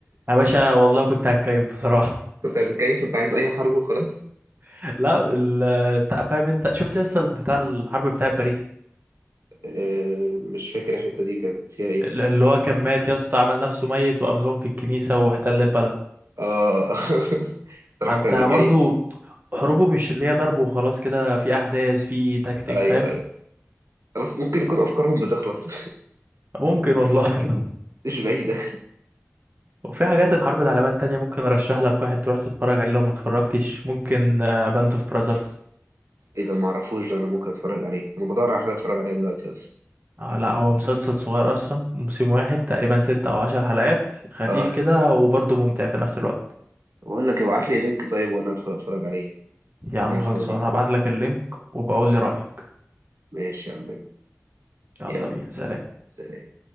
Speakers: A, on the right (about 40°); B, on the right (about 85°).
A: يا باشا والله كنت هتكيف بصراحة
B: <laughs> انت كيف انت عايز اي حرب وخلاص
A: <laughs> لا ال بتاع- فاهم انت شفت يا اسطى بتاع الحرب بتاع باريس
B: آه مش فاكر الحتة دي كانت فيها ايه
A: ال- اللي هو كان مات يا اسطى عمل نفسه ميت وقام لهم في الكنيسة واحتل البلد
B: اه <laughs> صراحة
A: فانت
B: كان
A: برضو
B: بيكيف
A: حروبه مش اللي هي ضرب وخلاص كده في احداث في تكتيك
B: ايوه
A: فاهم
B: ايوه خلاص ممكن يكون افكارهم بتخلص
A: ممكن والله
B: <laughs> مش بعيدة
A: <laughs> وفي حاجات الحرب العالمية التانية ممكن ارشح لك واحد تروح تتفرج عليه لو ما اتفرجتش ممكن باند اوف براذرز
B: ايه ده ما اعرفوش ده انا ممكن اتفرج عليه انا بدور على حاجه اتفرج عليها دلوقتي اصلا
A: آه لا هو مسلسل صغير اصلا موسم واحد تقريبا ستة او عشر حلقات خفيف
B: اه
A: كده وبرضه ممتع في نفس الوقت
B: بقول لك ابعت لي لينك طيب وانا ادخل اتفرج عليه
A: يا عم
B: انا قاعد
A: خلصوا
B: فاضي
A: انا هبعت لك اللينك وبقول لي رأيك
B: ماشي يا عم
A: يلا
B: يلا
A: بينا سلام
B: سلام